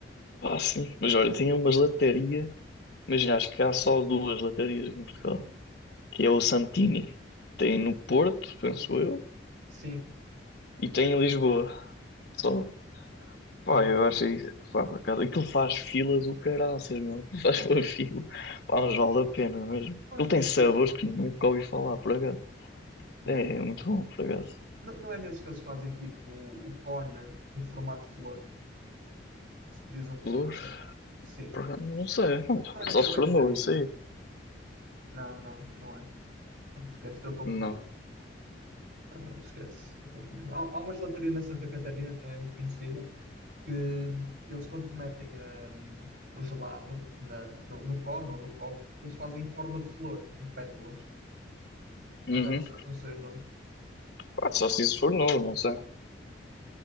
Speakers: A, on the left; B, on the right.
A: Ah, sim. Mas olha, tinha umas latarias. Imagina, acho que há só duas latarias aqui em Portugal. Que é o Santini. Tem no Porto, penso eu.
B: Sim,
A: E tem em Lisboa. Só. Pá,
B: sim.
A: eu acho isso. Pá, por acaso. Aquilo faz fila do caraças, meu. Aquilo faz uma fila. Pá, mas vale a pena mesmo.
B: Não
A: Aquilo
B: é nesses
A: tem sabores
B: que eles...
A: que nunca ouvi falar, por acaso.
B: Yeah.
A: É, muito bom, por acaso.
B: Não, não é nesses que eles fazem tipo o, o cone em formato de flor. Se pedires um cone,
A: Flor?
B: sim.
A: Por acaso, Não sei.
B: Não era
A: Só
B: Santa
A: se for
B: Catarina?
A: novo, isso aí.
B: Não, não, não é. Não, esquece, estou a confundir.
A: Não.
B: Não, não, esquece, estou a confundir. Há, há uma gelataria na Santa Catarina, também é muito conhecida, que hum, eles quando te metem hum, o gelado na- no, no cone ou no copo, eles fazem em forma de flor, em pétalas.
A: Uhum.
B: Mas já não sei, não sei o nome.
A: Pá, só se isso for novo, não sei.